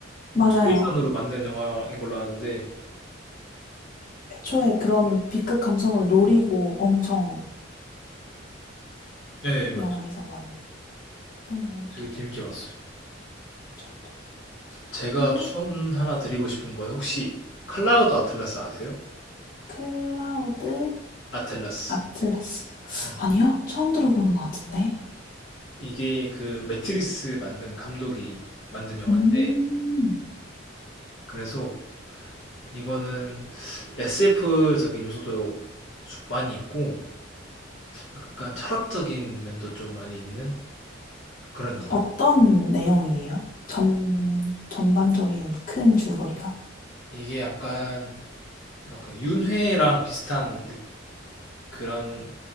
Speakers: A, on the left (about 45°); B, on the left (about 65°).
A: 맞아요.
B: 최선으로 만든 영화인 걸로 아는데
A: 애초에 그런 B급 감성을 노리고 엄청
B: 네, 맞죠.
A: 영화에서 많이 했던 걸
B: 되게
A: 기억.
B: 재밌게 봤어요.
A: 저도
B: 제가
A: 이런
B: 추천 하나 드리고 싶은 거는 혹시 클라우드 아틀라스 아세요?
A: 클라우드
B: 아틀라스.
A: 아틀라스
B: 네.
A: 아니요 처음 들어보는 것 같은데
B: 이게 그 매트리스 만든 감독이 만든 영화인데
A: 음,
B: 그래서 이거는 SF적인 요소도 좀 많이 있고 약간 철학적인 면도 좀 많이 있는 그런 영화예요.
A: 어떤 내용이에요? 전, 전반적인 큰 줄거리가?
B: 이게 약간 뭐랄까 윤회랑 비슷한 느- 그런